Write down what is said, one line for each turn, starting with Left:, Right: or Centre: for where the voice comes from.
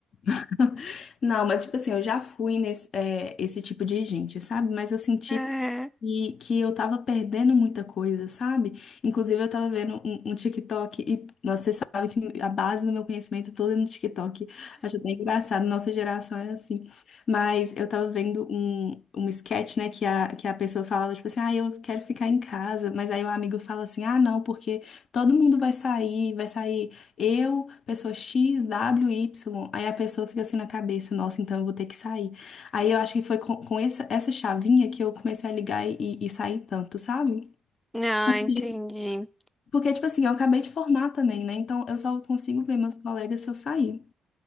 Left: <laughs> Não, mas, tipo assim, eu já fui nesse, é, esse tipo de gente, sabe? Mas eu senti
Centre: Uhum.
Left: E que eu tava perdendo muita coisa, sabe? Inclusive, eu tava vendo um, um TikTok, e nossa, você sabe que a base do meu conhecimento todo é no TikTok. Acho bem engraçado, nossa geração é assim. Mas eu tava vendo um, um sketch, né, que a, que a pessoa falava, tipo assim, ah, eu quero ficar em casa. Mas aí o amigo fala assim, ah, não, porque todo mundo vai sair, vai sair eu, pessoa X, W, Y. Aí a pessoa fica assim na cabeça, nossa, então eu vou ter que sair. Aí eu acho que foi com, com essa, essa chavinha que eu comecei a ligar e, e sair tanto, sabe?
Centre: Ah,
Left: Porque,
Centre: entendi.
Left: porque, tipo assim, eu acabei de formar também, né? Então eu só consigo ver meus colegas se eu sair.